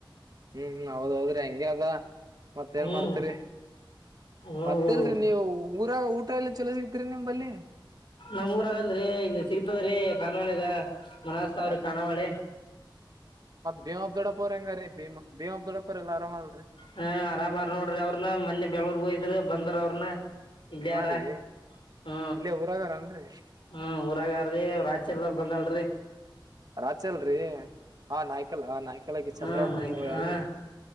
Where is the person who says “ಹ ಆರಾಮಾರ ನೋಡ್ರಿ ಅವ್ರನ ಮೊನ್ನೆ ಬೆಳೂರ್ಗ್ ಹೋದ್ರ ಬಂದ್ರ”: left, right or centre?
Left